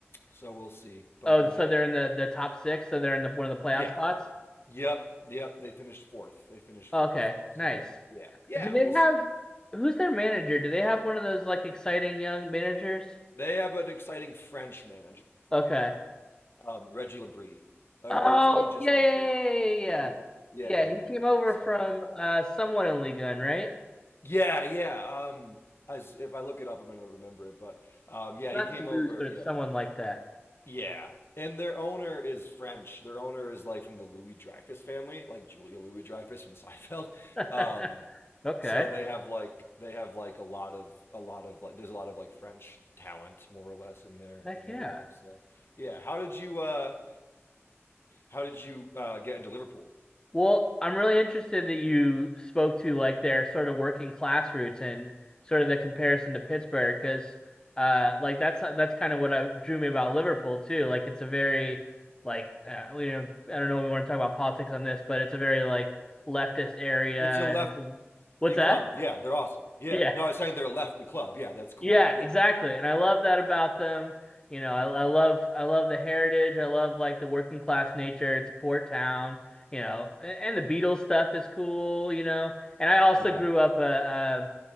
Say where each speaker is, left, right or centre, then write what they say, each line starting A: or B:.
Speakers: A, on the left (about 60°); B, on the left (about 15°).
A: so we'll see. But
B: Oh,
A: uh,
B: so they're in the, the top six. So they're in the, one of the playoff
A: yeah,
B: spots.
A: yep, yep. They finished fourth. They finished
B: Okay,
A: fourth. So
B: nice.
A: yeah, yeah,
B: Do they
A: we'll see.
B: have who's their manager? Do they have one of those like exciting young managers?
A: They have an exciting French manager,
B: Okay.
A: um, Reggie Labrie, or
B: Oh,
A: it's Regis
B: yeah,
A: Labrie.
B: yeah, yeah, yeah, yeah.
A: Yeah, yeah,
B: Yeah,
A: yeah,
B: Yeah, he
A: yeah.
B: came over
A: So
B: from uh someone in Ligue 1, right?
A: Yeah, yeah. Um, as if I look it up, I'm gonna remember it. But um, yeah,
B: Not
A: he came
B: to
A: over.
B: lose, but it's
A: Yeah,
B: someone like that.
A: yeah. And their owner is French. Their owner is like from the Louis Dreyfus family, like Julia Louis Dreyfus from <laughs> Seinfeld.
B: <laughs>
A: Um,
B: Okay.
A: so they have like they have like a lot of a lot of like there's a lot of like French talent more or less in their
B: Heck
A: in their
B: yeah.
A: ranks. So yeah, how did you uh how did you uh get into Liverpool?
B: Well, I'm really interested that you spoke to like their sort of working class roots and sort of the comparison to Pittsburgh because uh like that's that's kind of what I, drew me about Liverpool too. Like it's a very like uh, you know I don't know if we want to talk about politics on this, but it's a very like leftist area
A: It's a lefty
B: and it's a what's that?
A: club. Yeah, they're awesome. Yeah.
B: Yeah.
A: No, I was saying they're a lefty club. Yeah, that's cool.
B: Yeah,
A: Yeah.
B: exactly. And I love that about them. You know, I, I love I love the heritage. I love like the working class nature. It's a port town, you know, and, and the Beatles stuff is cool, you know. And I also
A: Yeah.
B: grew up uh, uh